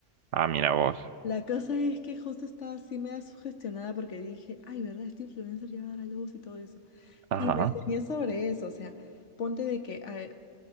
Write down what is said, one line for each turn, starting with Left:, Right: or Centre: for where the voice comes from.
Right: ah, mira vos.
Left: La cosa es que justo estaba así media sugestionada porque dije, ay, ¿verdad? Este influencer ya va a dar a luz y todo eso.
Right: Ajá.
Left: Y me enseñé sobre eso, o sea, ponte de que a-